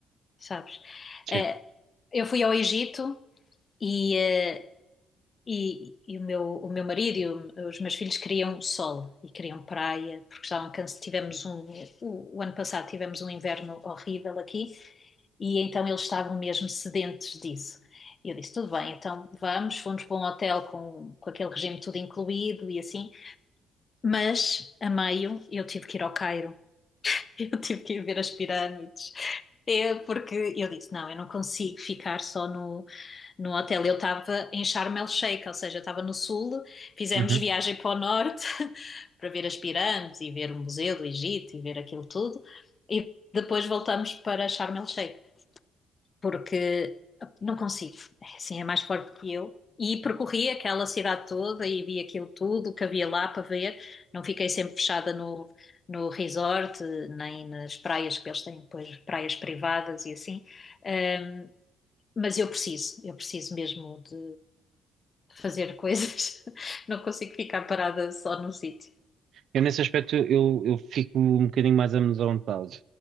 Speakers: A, on the left; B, on the right.
A: sabes?
B: sim.
A: Eh, eu fui ao Egito e. eh, E, e o meu, o meu marido e o- os meus filhos queriam sol e queriam praia, porque estavam cansados. Tivemos um, o, o ano passado tivemos um inverno horrível aqui, e então eles estavam mesmo sedentes disso. E eu disse, tudo bem, então vamos, fomos para um hotel com, com aquele regime tudo incluído e assim, mas a meio eu tive que ir ao Cairo, <laughs> eu tive que ir ver as pirâmides, é porque eu disse, não, eu não consigo ficar só no no hotel eu estava em Sharm El Sheikh, ou seja, eu estava no sul, fizemos
B: Uhum.
A: viagem para o norte <laughs> para ver as pirâmides e ver o Museu do Egito e ver aquilo tudo, e depois voltamos para Sharm El Sheikh, porque não consigo, é assim, é mais forte que eu. E percorri aquela cidade toda e vi aquilo tudo que havia lá para ver, não fiquei sempre fechada no, no resort, nem nas praias, que eles têm depois praias privadas e assim. Ahm, mas eu preciso, eu preciso mesmo de fazer coisas. <laughs> Não consigo ficar parada só num sítio.
B: Eu, nesse aspecto, eu, eu fico um bocadinho mais amedrontado